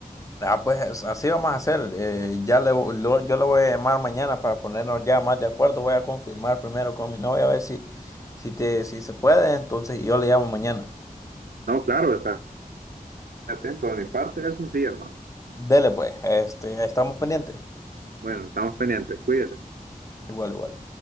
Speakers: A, on the left; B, on the right.
A: Ah, pues es- así vamos a hacer. eh, ya le, lo- yo le voy a llamar mañana para ponernos ya más de acuerdo. Voy a confirmar primero con mi novia a ver si, si, te, si se puede. Entonces yo le llamo mañana.
B: No, claro, está atento de mi parte, es un sí, hermano.
A: Dele pues, este, estamos pendientes.
B: Bueno, estamos pendientes, cuídese.
A: Igual, igual.